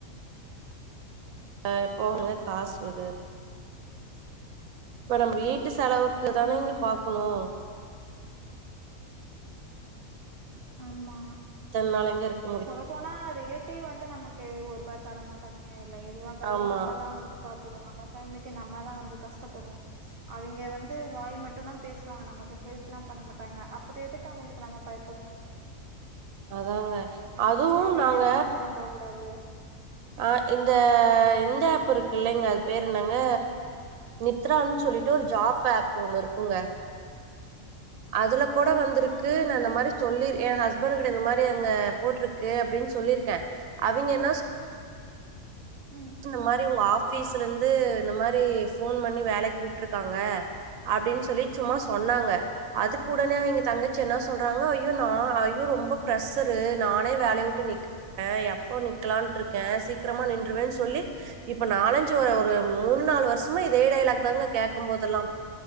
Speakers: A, on the right (about 80°); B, on the right (about 50°).
A: அ போகுங்க காசுவது இப்ப நம்ப வீட் ட்டு செலவுக்குதானைங்க
B: ம்ஹூம்
A: பாக்ணு
B: ஆமா
A: தென் நாளைங்க இருக்
B: சொல்லப்போனா ரிலேட்டிவ் வந்து நமக்கு ஒருபா தர மாட்டாங்காங்க இல்ல எதுவாந்தாலு
A: ஆமா
B: நம்மதா வந்துப் பாத்துகுவோ நம்ம ஃபேம்லிக்கு நம்மதா வந்து கஷ்டப்பண்ணு அவிங்க வந்து வாய் மட்டுந்தா பேசுவாங்க நமக்கு ஹெல்ப்லாம் பண்ண மாட்டாங்க அப்றோ எதுக் கு அவிங்ளுக்கு நம்ம பயப்பண்ணு
A: அதாங்க அதுவு
B: அவிங்க
A: நாங்க
B: இருக்காங்க நம்ம போக்கூடாது
A: ஆ இந்த இந்த ஆப்பு இருக்கு இல்லைங்க அது பேரு என்னங்க நித்ரான் சொல்லிட்டு ஒரு ஜாப் ஆப் ஒன்னு இருக்குங்க அதுல கூட வந்திருக்கு
B: ம் ம்
A: நா இந்த மாரி சொல்லிரு ஏ ஹஸ் பர்கிட இந்த மாரி அங்க போட்ருக்கு அப்டின் சொல்லிருக்கே அவிங்கனாச்
B: ம்
A: இந்த மாரி உங்க ஆஃபீஸ்லந்து இந்த மாரி ஃபோன் பண்ணி வேலைக் கூப்ட்ருக்காங்க அப்டின் சொல்லி சும்மா சொன்னாங்க அதுக்குடனே அவிங்க தங்கச்சி என்ன சொல்றாங்க ஐயோ நா ஐயோ ரொம்பப் பிரசரு நானே வேலைய வுட்டு நிக் அ எப்போ நிக்கலான்ட்ருக்கே சீக்கரமா நின்றுவேன்ச் சொல்லி இப்ப நாளஞ்சு ஒ ஒரு மூன் நாலு வருஷமா இதே டைலாக் தாங்க கேக்கம் போதெல்லாம்